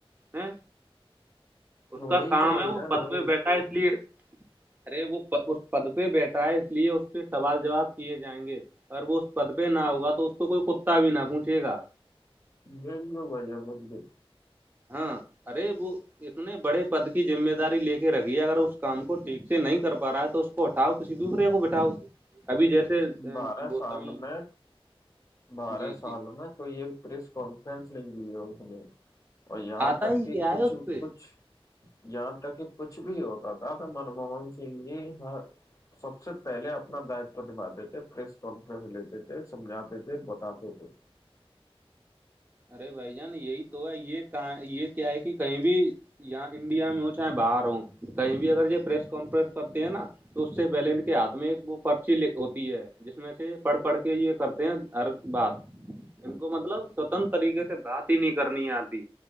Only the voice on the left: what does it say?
وہی
تو بھائی
جان
وہی
بو ب بے
بارہ
سال
میں بارہ
سال
ہو نا کوئی یہ پریس کانفرنس نہیں دی ہے اس نے اور یہاں
تک
کہ
کچھ-
کچھ جاں تک کہ کچھ بھی ہوتا تھا تو منموہن سنگھ جی ہ- سب سے پہلے اپنا داتو نھاتے تھے پریس کانفرنس لیتے تھے سمجاتے- تھے بتات ہو تھے-